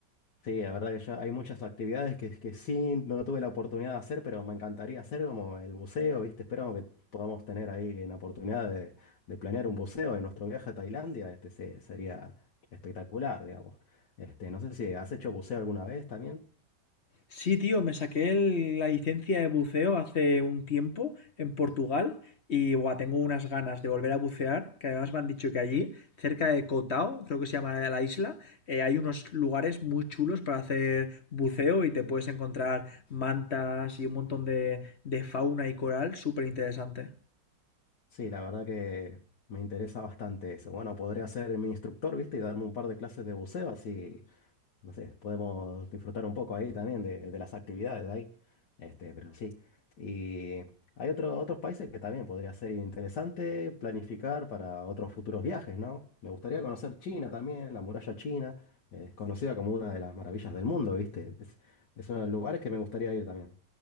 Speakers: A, on the left; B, on the left.
A: Sí, la verdad que yo hay muchas actividades que, que sí no tuve la oportunidad de hacer, pero me encantaría hacer como el buceo, ¿viste? Espero que podamos tener ahí la oportunidad de, de planear un buceo en nuestro viaje a Tailandia. Este se- sería espectacular, digamos. Este, no sé si has hecho buceo alguna vez también.
B: Sí, tío, me saqué el- la licencia de buceo hace un tiempo en Portugal y buah, tengo unas ganas de volver a bucear, que además me han dicho que allí, cerca de Cotao, creo que se llama la isla, eh, hay unos lugares muy chulos para hacer buceo y te puedes encontrar mantas y un montón de, de fauna y coral súper interesante.
A: Sí, la verdad que me interesa bastante eso. Bueno, podría ser mi instructor, ¿viste? Y darme un par de clases de buceo, así no sé, podemos disfrutar un poco ahí también de, de las actividades de ahí. Este, pero sí. Y hay otro- otros países que también podría ser interesante planificar para otros futuros viajes, ¿no? Me gustaría conocer China también, la muralla china, eh, es conocida como una de las maravillas del mundo, ¿viste? Es, es uno de los lugares que me gustaría ir también.